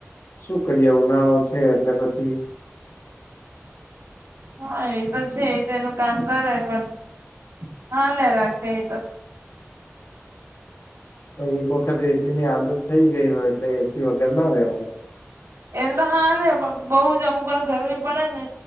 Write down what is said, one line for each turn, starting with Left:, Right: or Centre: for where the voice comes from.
Left: શું કરીએ ઉનાળો છે એટલે પછી
Right: હા એ તો છે એ તેનું કામ કરે પણ હાલે રાખે એ તો
Left: એક વખત એસી ની આદત થઈ ગઈ હોય એટલે એસી વગર ના રેવાય
Right: એમ તો હાલે પણ બહુ જ અમુક વાર ગરમી પડે ને